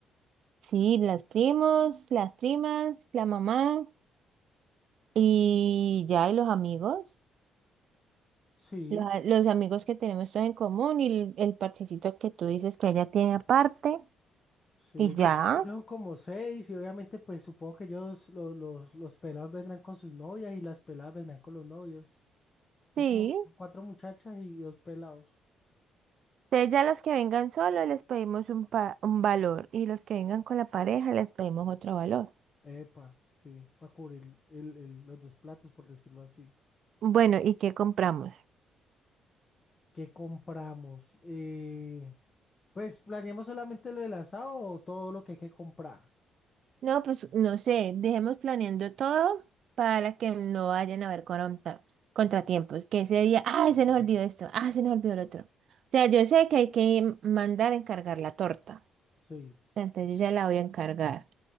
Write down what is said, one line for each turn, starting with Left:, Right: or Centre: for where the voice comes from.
Right: Sí, las primos, las primas, la mamá y ya, y los amigos.
Left: Sí,
Right: Los, a- los amigos que tenemos todos en común y el, el parchecito que tú dices que ella tiene aparte.
Left: sí,
Right: Y
Left: ellos,
Right: ya,
Left: ellos son como seis y obviamente, pues, supongo que ellos, los, los, los pelados vendrán con sus novias y las peladas vendrán con los novios.
Right: sí.
Left: Son como cuatro muchachas y dos pelados.
Right: Entonces ya los que vengan solos les pedimos un, pa- un valor y los que vengan con la pareja les pedimos otro valor.
Left: Epa, sí, para cubrir el, el- los dos platos, por decirlo así.
Right: Bueno, ¿y qué compramos?
Left: ¿Qué compramos? Eh, Pues planeamos solamente lo del asado o todo lo que hay que comprar.
Right: No, pues no sé, dejemos planeando todo para que no vayan a haber contra- contratiempos. Que ese día, ay, se nos olvidó esto, ah, se nos olvidó el otro. O sea, yo sé que hay que mandar a encargar la torta.
Left: Sí.
Right: Entonces yo ya la voy a encargar.